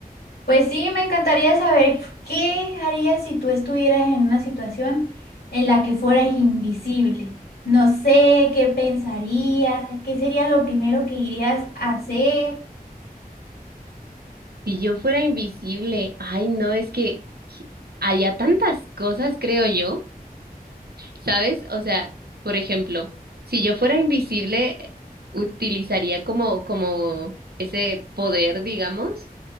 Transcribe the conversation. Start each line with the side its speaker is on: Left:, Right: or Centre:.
Left: Pues sí, me encantaría saber qué harías si tú estuvieras en una situación en la que fueras invisible. No sé qué pensarías, qué sería lo primero que irías a hacer.
Right: Si yo fuera invisible, ay no, es que haría tantas cosas, creo yo. ¿Sabes? O sea, por ejemplo, si yo fuera invisible, utilizaría como, como ese poder, digamos